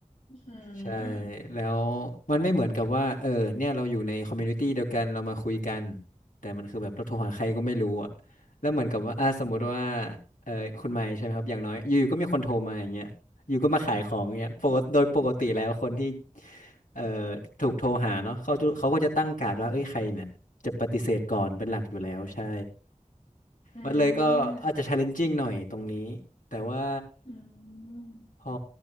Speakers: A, on the left (about 55°); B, on the left (about 85°).
A: อืม
B: ใช่แล้วมันไม่เหมือนกับว่าเออเนี่ยเราอยู่ในคอมมูนิตี้เดียวกันเรามาคุยกันแต่มันคือแบบเราโทรหาใครก็ไม่รู้อ่ะแล้วเหมือนกับว่าอ่ะสมมติว่าเออคุณไมค์ใช่ไหมครับอย่างน้อยอยู่ๆก็มีคนโทรมาอย่างเงี้ยอยู่ก็มาขายของเงี้ยปกติโดยปกติแล้วคนที่เอ่อถูกโทรหาเนาะเขาจะเขาก็จะตั้งการ์ดว่าเอ้ยใครเนี่ยจะปฏิเสธก่อนเป็นหลักอยู่แล้วใช่
A: อ่
B: มันเลยก็อาจจะ
A: า
B: challenging หน่อยตรงนี้แต่ว่า
A: อืม
B: พอ